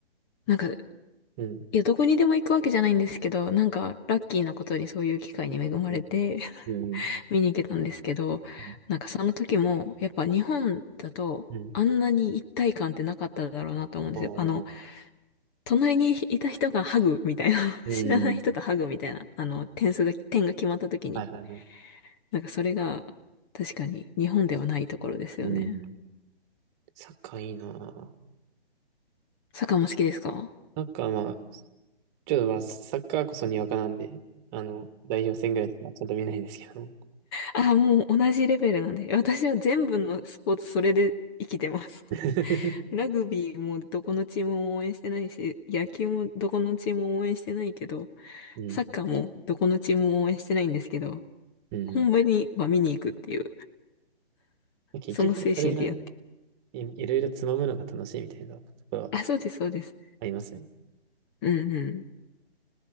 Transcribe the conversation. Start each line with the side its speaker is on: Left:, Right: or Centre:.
Left: なんか、
Right: うん。
Left: いや、どこにでも行くわけじゃないんですけど、なんか、ラッキーなことにそういう機会に恵まれて、
Right: えうん。
Left: 見に行けたんですけど、
Right: うん。
Left: なんかその時も、やっぱ日本だと、
Right: うん。
Left: あんなに一体感ってなかっただろうなと思うんですよ。
Right: あー
Left: あの、隣にいた人がハグみたいな、<laughs>
Right: うん。
Left: 知らない人とハグみたいな、あの、点数が、点が決まった時に、
Right: はいはいはい。
Left: なんかそれが、確かに日本ではないところですよね。
Right: うん。サッカーいいなぁ。
Left: サッカーも好きですか
Right: サッカーまあ、ちょっとまあ、サッカーこそにわかなんで、あの、代表戦ぐらいしかちゃんと見ないですけど。
Left: ああ、もう同じレベルなんで、私は全部のスポーツそれで生きてます。
Right: <laughs>
Left: ラグビーもどこのチームも応援してないし、野球もどこのチームも応援してないけど、
Right: うん。
Left: サッカーもどこのチームも応援してないんですけど、
Right: うん。
Left: 本場には見に行くっていう、
Right: 結局、
Left: その精神でやって。
Right: それがい、いろいろつまむのが楽しいみたいなところは
Left: あ、そうです、そうです。
Right: ありますよね。
Left: うんうん。